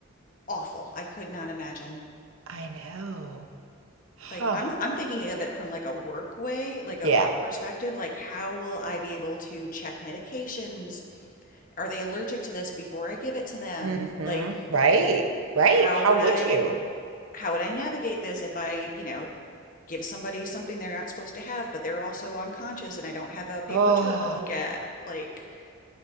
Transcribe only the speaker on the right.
I know. Huh.
Yeah.
hmm
Right. Right.
How
would
you?
Oh,